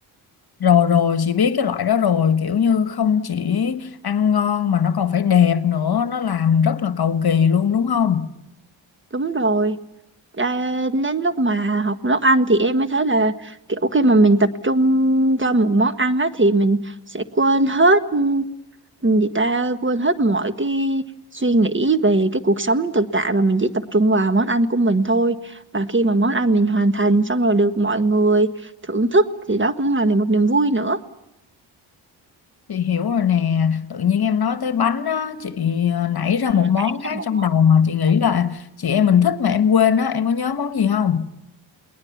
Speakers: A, on the left (about 50°); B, on the right (about 25°).
A: Rồi rồi, chị biết cái loại đó rồi, kiểu như không chỉ ăn ngon mà nó còn phải đẹp nữa, nó làm rất là cầu kỳ luôn đúng không?
B: đúng rồi à, đến lúc mà học nấu ăn thì em mới thấy là kiểu khi mà mình tập trung cho một món ăn á thì mình sẽ quên hết ừm, gì ta quên hết mọi cái suy nghĩ về cái cuộc sống thực tại mà mình chỉ tập trung vào món ăn của mình thôi và khi mà món ăn mình hoàn thành xong rồi được mọi người thưởng thức thì đó cũng là một niềm vui nữa
A: Chị hiểu rồi nè, tự nhiên em nói tới bánh á, chị ờ, nảy ra
B: ờ,
A: một món
B: nảy
A: khác
B: ra một
A: trong đầu mà chị nghĩ là chị em mình thích mà em quên á, em có nhớ món gì không?